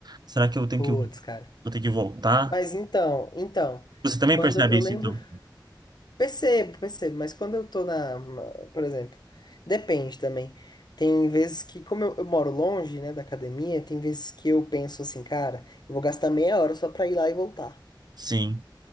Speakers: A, on the right; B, on the left.
A: será que eu tenho
B: Putz,
A: que, vou
B: cara.
A: ter que voltar?
B: Mas então, então,
A: Você também
B: quando
A: percebe
B: eu
A: isso,
B: lembro
A: então?
B: Percebo, percebo, mas quando eu tô na, por exemplo, depende também. Tem vezes que, como eu, eu moro longe, né, da academia, tem vezes que eu penso assim, cara, eu vou gastar meia hora só pra ir lá e voltar.
A: Sim,